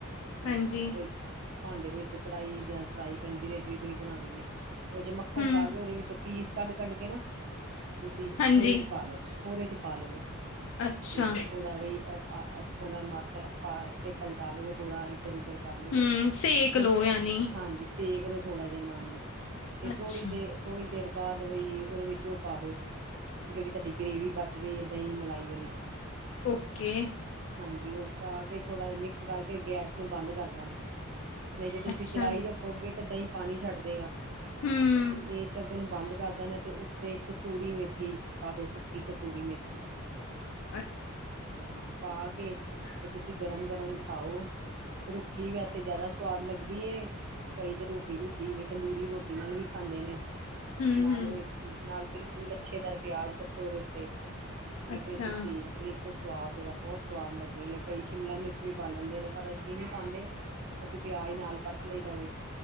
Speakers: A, on the right; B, on the left.
A: ਹੋ
B: ਹਾਂਜੀ
A: ਕੋ ਭਾਂਡੇ ਦੇ ਵਿੱਚ ਕੜਾਈ ਜਾਂ ਫਰਾਈ ਪੈਨ ਜਿਹਦੇ 'ਚ ਵੀ ਤੁਸੀਂ ਬਣਾਣੀ ਹੈ। ਉਹ ਚੋਂ ਮੱਖਣ
B: ਹੂੰ,
A: ਪਾ ਕੇ ਉਹਦੇ ਵਿੱਚੋਂ ਪੀਸ ਕੱਢ- ਕੱਢ ਕੇ ਨਾ। ਤੁਸੀਂ
B: ਹਾਂਜੀ,
A: ਉਹਦੇ 'ਚ ਪਾ ਲੋ, ਉਹਦੇ 'ਚ ਪਾ ਲਵੋ।
B: ਅੱਛਾ,
A: ਤੇ ਥੋੜਾ ਬਾਈ ਉਹਨਾ ਮਾਸੇ- ਪਾਸੇ ਪਲਟਾ ਲਵੋ ਥੋੜਾ ਇੱਧਰ- ਉੱਧਰ। ਕਰ ਲਵੋ
B: ਹੂੰ ਸੇਕ
A: ਉਹ
B: ਲੋ ਯਾਨੀ
A: ਹਾਂਜੀ। ਸੇਕ ਲੋ ਥੋੜਾ ਜਿਹਾ ਇਹਨਾਂ ਨੂੰ ਤੇ
B: ਅੱਛਾ,
A: ਥੋੜੀ ਦੇ ਥੋੜੀ ਦੇਰ ਬਾਅਦ ਵੀ ਉਹਦੇ ਵਿੱਚ ਉਹ ਪਾ ਦੋ। ਜਿਹੜੀ ਤੁਹਾਡੀ ਗ੍ਰੇਵੀ ਬਚ ਗਈ ਹੈ ਦਹੀਂ ਮਲਾਈ ਵਾਲੀ।
B: ਓਕੇ।
A: ਹਾਂਜੀ ਉਹ ਖਾ ਕੇ ਥੋੜਾ ਜਹਾ ਮਿਕਸ ਕਰਕੇ ਗੈਸ ਨੂੰ ਬੰਦ ਕਰ ਦੇਣਾ ਨਹੀਂ ਜੇ ਤੁਸੀਂ
B: ਅੱਛਾ,
A: ਚਲਾਈ ਰੱਖੋਗੇ ਤਾਂ ਦਹੀਂ ਪਾਣੀ ਛੱਡ ਦੇਗਾ।
B: ਹੂੰ।
A: ਤੇ ਇਸ ਕਰਕੇ ਉਹਨੂੰ ਬੰਦ ਕਰ ਦੇਣਾ ਤੇ ਉੱਤੇ ਕਸੂਰੀ ਮੇਥੀ ਪਾ ਦੋ ਸੁੱਕੀ ਕਸੂਰੀ ਮੇਥੀ।
B: ਹਮ
A: ਹਾਂ ਪਾ ਕੇ ਤੇ ਤੁਸੀਂ ਗਰਮ- ਗਰਮ ਖਾਓ। ਰੁੱਖੀ ਵੈਸੇ ਜਾ਼ਦਾ ਸਵਾਦ ਲੱਗਦੀ ਐ। ਕਈ ਤੇ ਰੋਟੀ- ਰੂਟੀ ਵੀ ਤੰਦੂਰੀ ਰੋਟੀ ਨਾਲ ਵੀ ਖਾਂਦੇ ਨੇ।
B: ਹੂੰ-ਹੂੰ,
A: ਨਾਲ ਓਦੇ ਨਾਲ ਬਿਲਕੁਲ ਲੱਛੇਦਾਰ ਪਿਆਜ ਕੱਟੋ ਓਦੇ ਤੇ। ਤੇ
B: ਅੱਛਾ,
A: ਫੇਰ ਤੁਸੀਂ ਵੇਖੋ ਸਵਾਦ ਓਦਾ। ਬੋਤ ਸਵਾਦ ਲੱਗੇ ਗੇ, ਕਈ ਸ਼ਿਮਲਾ ਮਿਰਚ ਵੀ ਪਾ ਲੈਂਦੇ ਨੇ ਪਰ ਅਸੀਂ ਨੀਂ ਪਾਾਂਦੇ, ਅਸੀਂ ਪਿਆਜ ਨਾਲ ਕੱਟ ਲਈਦਾਵੇ,